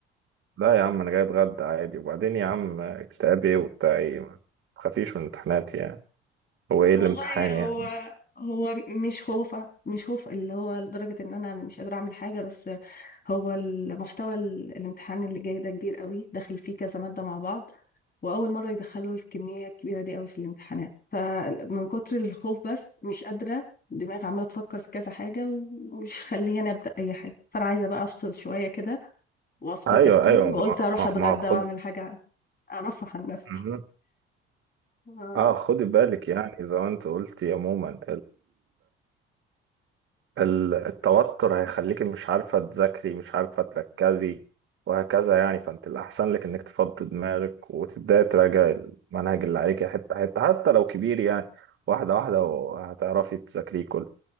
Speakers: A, on the right; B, on the left.
A: لا يا عم انا جاي اتغدى عادي وبعدين يا عم اكتئاب ايه وبتاع ايه ما تخافيش من امتحاناتي يعني هو ايه الامتحان
B: والله هو
A: يعني
B: هو مش خوفة مش خوف اللي هو لدرجة ان انا مش قادرة اعمل حاجة بس هو المحتوى ال- الامتحان اللي جاي ده كبير قوي داخل فيه كذا مادة مع بعض واول مرة يدخلوا الكمية الكبيرة دي قوي في الامتحانات فمن كتر الخوف بس مش قادرة دماغي عمالة تفكر في كذا حاجة ومش خليني ابدأ اي حاجة فانا عايزة بقى افصل شوية كده وافصل
A: ايوه
B: تفكير
A: ايوه
B: وقلت
A: ما
B: اروح
A: ما,
B: اتغدى
A: ما خد
B: واعمل حاجة ارفه عن نفسي
A: مهم.
B: آه.
A: اه خدي بالك يعني زي ما انت قلتي عموما ال- التوتر هيخليكي مش عارفة تذاكري مش عارفة تركزي وهكذا يعني فانت الأحسن لك إنك تفضي دماغك وتبدأي تراجعي المنهج اللي عليكي حتة حتة حتى لو كبير يعني واحدة واحدة وهتعرفي تذاكريه كله